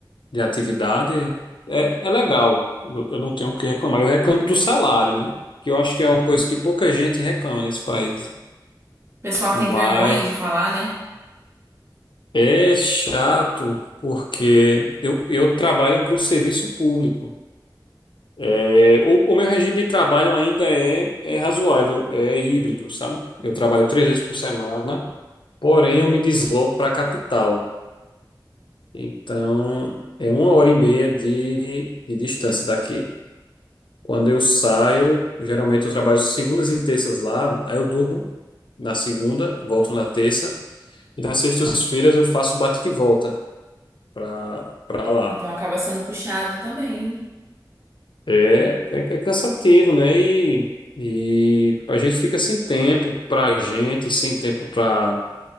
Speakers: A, on the left; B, on the right.
A: de atividade é, é legal. Eu eu não tenho o que reclamar. Eu reclamo do salário, né? Que eu acho que é uma coisa que pouca gente reclama nesse país.
B: pessoal
A: mas
B: tem vergonha de falar, né?
A: É chato porque eu, eu trabalho para o serviço público. É, o, o meu regime de trabalho ainda é, é razoável, é híbrido, sabe? Eu trabalho três vezes por semana, porém eu me desloco para a capital. Então é uma hora e meia de, de distância daqui. Quando eu saio, geralmente eu trabalho segundas e terças lá, aí eu durmo na segunda, volto na terça, e nas sextas-feiras eu faço bate e volta para para lá.
B: Então acaba sendo puxado também.
A: É, é, é cansativo, né? E, e a gente fica sem tempo pra gente, sem tempo pra